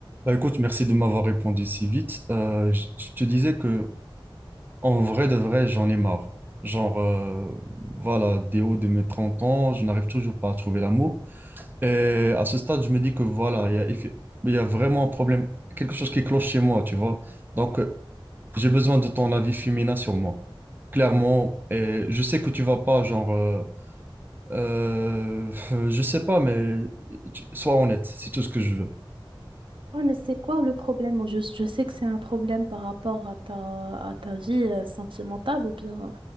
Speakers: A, on the right; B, on the right.
A: Bah, écoute, merci de m'avoir répondu si vite. Euh, je je te disais que en vrai de vrai, j'en ai marre. Genre, euh, voilà, des hauts de mes 30 ans, je n'arrive toujours pas à trouver l'amour. Et à ce stade, je me dis que voilà, il y a, effe- il y a vraiment un problème, quelque chose qui cloche chez moi, tu vois. Donc, euh, j'ai besoin de ton avis féminin sur moi, clairement. Et je sais que tu vas pas, genre, euh, euh, <laughs> je sais pas, mais tu- sois honnête, c'est tout ce que je veux.
B: Ouais, mais c'est quoi le problème? Je, je sais que c'est un problème par rapport à ta, à ta vie euh, sentimentale ou bien